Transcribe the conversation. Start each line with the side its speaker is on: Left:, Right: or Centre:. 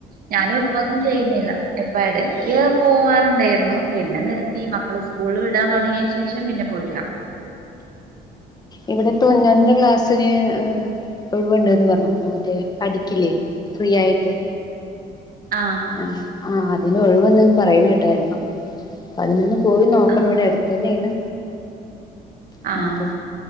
Right: ഞാനും ഇപ്പൊന്നും ചെയ്യുന്നില്ല ഇപ്പ എടക്ക്യ് പോവാർണ്ടേര്ന്നു പിന്നെ നിർ പ്പീ മക്കള് സ്കൂള്ൽ വിടാൻ തൊടങ്ങിയൻ ശേഷം പിന്നെ പോയിട്ട്ല്ല. <inaudible>
Left: ഇവ്ടെ തുന്നൽന്റെ ക്ലാസ്സിന് ഹ്. ഒഴിവുണ്ട്ന്ന് പറഞ്ഞോ ആ മറ്റേ പഠിക്കില്ലേ ഫ്രീ ആയിട്ട്.
Right: ആഹ്.
Left: ഏഹ് ആ അതിനൊഴിവ്ണ്ട്ന്ന് പറയ്ണ് കേട്ടാര്ന്നു. അതിനൊന്ന് പോയി നോക്കണം
Right: ആഹ്.
Left: ഇവ്ടെ അടുത്തന്നേണ്. അതെ
Right: ആഹ്.